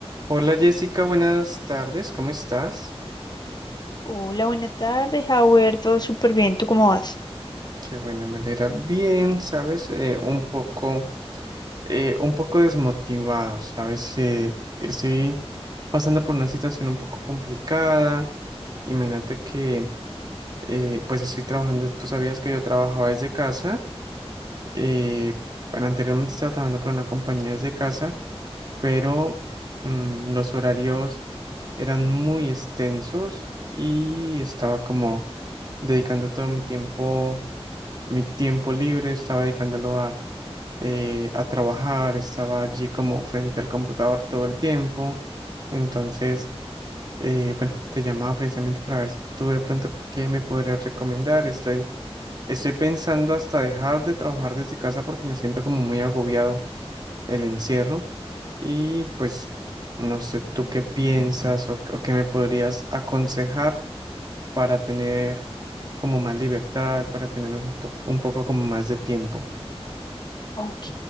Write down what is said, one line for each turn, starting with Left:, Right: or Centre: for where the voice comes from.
Right: Hola Jessica, buenas tardes, ¿cómo estás?
Left: Hola, buenas tardes, Howard. Todo súper bien. ¿Tú cómo vas?
Right: Qué buena, me alegra bien, ¿sabes? Eh, un poco, eh, un poco desmotivado, ¿sabes? Eh, estoy pasando por una situación un poco complicada. Imagínate que, eh, pues estoy trabajando, tú sabías que yo trabajaba desde casa, eh, bueno, anteriormente estaba trabajando para una compañía desde casa, pero mm, los horarios eran muy extensos y estaba como dedicando todo mi tiempo mi tiempo libre, estaba dedicándolo a, eh, a trabajar, estaba allí como frente al computador todo el tiempo. Entonces, eh, bueno, te llamaba precisamente para ver tú de pronto qué me podrías recomendar. Estoy, estoy pensando hasta dejar de trabajar desde casa porque me siento como muy agobiado el encierro y pues no sé tú qué piensas o, o qué me podrías aconsejar para tener como más libertad, para tener un po- un poco como más de tiempo.
Left: Ok,